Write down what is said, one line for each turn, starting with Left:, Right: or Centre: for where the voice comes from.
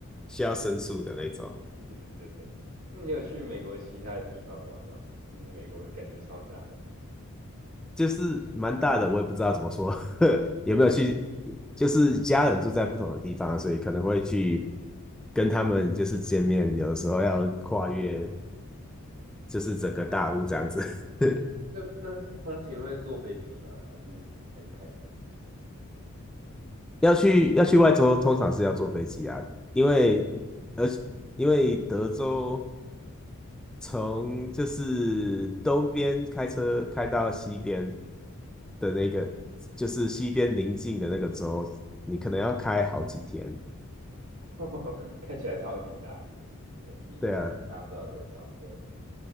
Centre: 需要申诉的那种。
Right: <laughs> 真的。那你有去美国其他的地方玩吗？就是美国感觉超大的。
Centre: 就是蛮大的，我也不知道怎么说，<laughs> 有没有去，就是家人住在不同的地方，所以可能会去跟他们就是见面，有的时候要跨越就是整个大陆这样子，<laughs>
Right: 那那是通勤会坐飞机吗？还是还是开车？
Centre: 要去要去外州，通常是要坐飞机啊，因为而且因为德州从就是东边开车开到西边的那个，就是西边邻近的那个州，你可能要开好几天，
Right: <laughs> 看起来超级大，那比台湾大不知道多少倍。
Centre: 对啊。